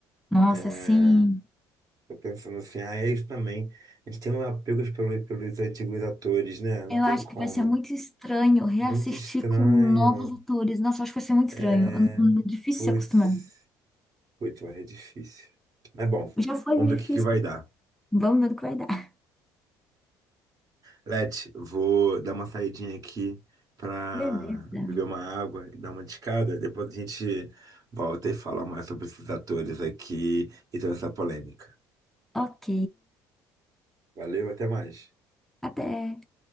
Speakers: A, in the centre; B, on the right.
A: nossa,
B: É,
A: assim,
B: Tô pensando assim, ah, eles também. Eles têm um apego pelos, pelos antigos atores, né? Não
A: eu
B: tem
A: acho
B: como.
A: que vai ser muito estranho reassistir
B: Muito estranho.
A: com novos atores. Nossa, eu acho que vai ser muito
B: É.
A: estranho. Hum, Difícil
B: Putz.
A: se acostumar.
B: Putz, vai ser difícil. É bom.
A: Já foi
B: Vamos
A: difícil.
B: ver o que que vai dar.
A: Vamos ver o que vai dar.
B: Let, vou dar uma saidinha aqui pra
A: Beleza.
B: beber uma água e dar uma descada. Depois a gente volta e fala mais sobre esses atores aqui e toda essa polêmica.
A: Ok.
B: Valeu, até mais.
A: Até.